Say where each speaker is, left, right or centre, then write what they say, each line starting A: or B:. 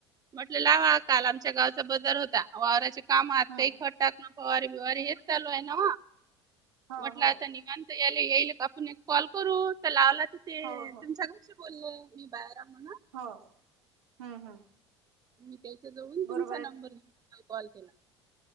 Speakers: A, on the right; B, on the right.
A: म्हटलं लावा काल आमच्या गावचा बजार होता वावारचे काम आहात
B: हम्म
A: काही खटा- फवारी बिवारी हेच चालू आहे ना
B: हो
A: म्हट-
B: हो
A: निवांत याला येईल आपण कॉल करू तर लावला तर ते
B: हो हो
A: तुमच्याकडे, बोलले मी बाहेर म्हण,
B: हो हम्म हम्म.
A: मी त्याच्या जवळून तुमचा
B: बरोबर आहे
A: नंबर घेऊ कॉल केला.